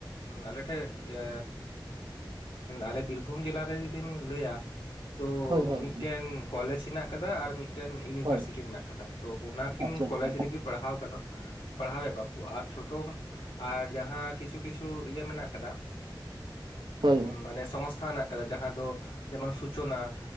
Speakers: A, on the left; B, on the right.
A: ᱟᱞᱮ ᱴᱷᱮᱡ ᱮ ᱟᱞᱮ ᱵᱤᱨᱵᱷᱩᱢ ᱡᱮᱞᱟᱨᱮ ᱡᱩᱫᱤᱢ ᱞᱟᱹᱭᱟ ᱛᱚ
B: ᱦᱳᱭ ᱦᱳᱭ
A: ᱢᱤᱫᱴᱮᱱ ᱠᱚᱞᱮᱡᱽ ᱦᱮᱱᱟᱜ ᱠᱟᱫᱟ ᱟᱨ ᱢᱤᱫ ᱤᱭᱩᱱᱤᱵᱷᱟᱨᱥᱤᱴᱤ
B: ᱦᱳᱭ
A: ᱢᱮᱱᱟᱜ ᱟᱠᱟᱫᱟ ᱛᱚ ᱚᱱᱟᱠᱤᱱ
B: ᱟᱪᱪᱷᱟ
A: ᱠᱚᱞᱮᱡᱽ
B: ᱟᱪᱪᱷᱟ
A: ᱨᱮᱜᱮ ᱯᱟᱲᱦᱟᱣ ᱜᱟᱱᱚᱜ ᱯᱟᱲᱦᱟᱣᱮᱫ ᱠᱚᱣᱟ ᱟᱨ ᱪᱷᱳᱴᱳ ᱟᱨ ᱡᱟᱦᱟ ᱠᱤᱪᱷᱩ ᱠᱤᱪᱷᱩ ᱤᱭᱟᱹ ᱢᱮᱱᱟᱜ ᱠᱟᱫᱟ
B: ᱦᱳᱭ ᱦᱳᱭ
A: ᱢᱟᱱᱮ ᱥᱚᱝᱥᱛᱷᱟ ᱢᱮᱱᱟᱜᱮᱱᱟᱜ ᱠᱟᱫᱟ ᱡᱟᱦᱟᱸ ᱫᱚ ᱡᱮᱢᱚᱱ ᱥᱩᱪᱚᱱᱟ